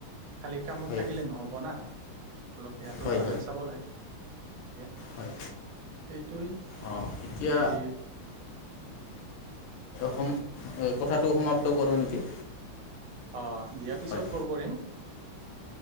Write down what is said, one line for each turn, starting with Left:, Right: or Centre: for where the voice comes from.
Right: খালি কামত
Left: হয়
Right: থাকিলে নহব না অলপ দেহাতটো
Left: হয়
Right: ফালেও
Left: হয়
Right: চাব লাগে <inaudible>
Left: হয়
Right: এইটোৱেই
Left: অঁ এতিয়া
Right: দি
Left: সম কথাটো সমাপ্ত কৰোঁ নেকি?
Right: অ' দিয়া পিছত
Left: হয়
Right: কল কৰিম।